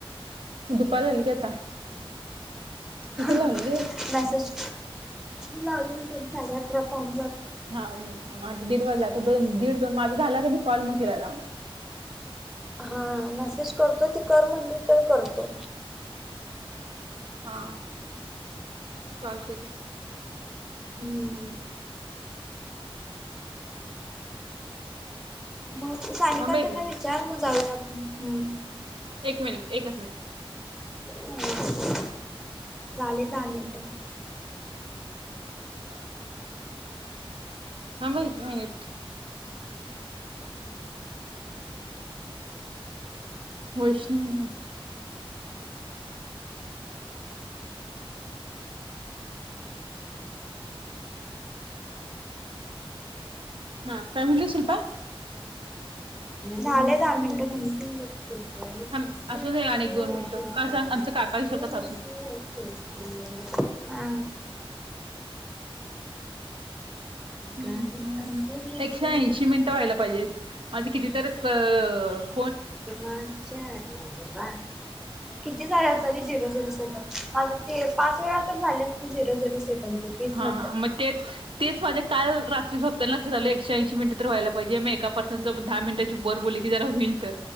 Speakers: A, on the right; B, in the centre.
A: दुपार झाली की आता किती
B: मेसेज
A: लावलीस
B: मी लावलेल तरी साडे अकरा पावन
A: हा माझ दीड वाजला आता दीड दोन माझा झाला का कॉल मग तिला लाव
B: हा मेसेज करतो ती कर म्हणली तर करतो
A: हा चालते की
B: हम्म मग सानिका
A: थांबा एक
B: त्यांना
A: मिनिट
B: विचार मग जाऊया आपण हम
A: एक मिनिट एकच मिनिट
B: ह झाले दहा मिनट
A: <unintelligible> थांब हा एक मिनिट वैष्णवी हा काय म्हणली शिल्पा
B: झाले दहा मिनिट <unintelligible>
A: थांब असू दे आणि एक दोन मिनिटं का सांग आमचं काका विसरतात असून
B: <unintelligible> हा
A: <unintelligible> हम
B: गाणी
A: हम
B: असल
A: एकशे
B: सुरत
A: ऐशी मिनटं व्हायला पाहिजेत माझे कितीतरी क य य
B: <unintelligible> किती झालेट तरी झिरो झिरोच सेकंद. माझ ते पाच वेळा तर झाले झिरो झिरो सेकंद तीस
A: हा
B: मधल
A: मग तेच तेच माझे काल रात्री झोपतान लक्षात आलं एकशे ऐंशी मिनट तर व्हायला पाहिजे. म एका पर्सन सोबत दहा मिनटाचे वर बोलली. म्हटली जरा होईल तर.